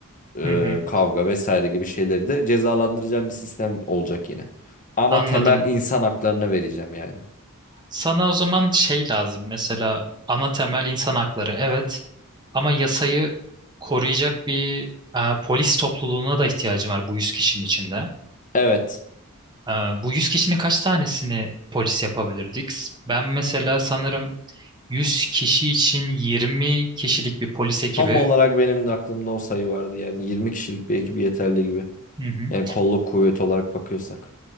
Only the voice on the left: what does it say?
e,
kavga vesaire gibi şeyleri de cezalandıracağım bir sistem olacak yine. Ana
temel insan haklarını vereceğim yani.
Evet.
Tam olarak benim de aklımda o sayı vardı. Yani 20 kişilik bir ekip yeterli gibi.
Yani kolluk kuvveti olarak bakıyorsak.